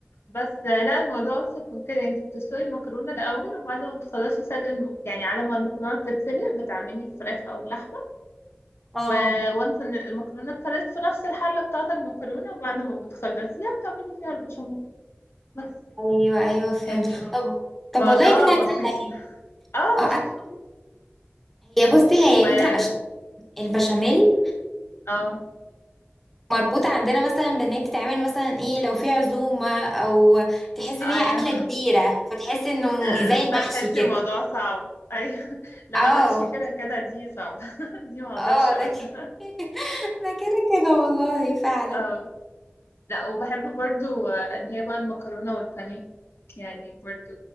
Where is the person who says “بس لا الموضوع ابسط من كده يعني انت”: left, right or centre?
Left